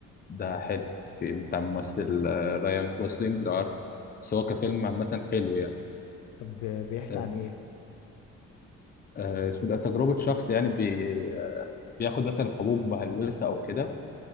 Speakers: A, on the left (about 30°); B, on the left (about 75°).
A: ده حلو في بتاع ممثل آه، رايان جوسلينج لو عارف بس هو كفيلم عامة حلو يعني
B: طب بيحكي
A: أه
B: عن ايه
A: آه، اسمه ده تجربة شخص يعني بي بياخد مثلا حبوب مهلوسة أو كده